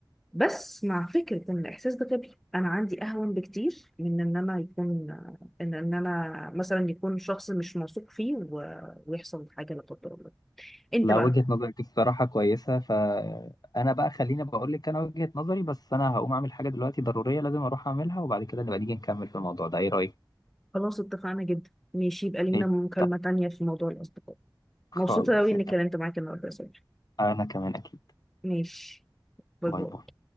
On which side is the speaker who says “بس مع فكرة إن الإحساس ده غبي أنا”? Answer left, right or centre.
Centre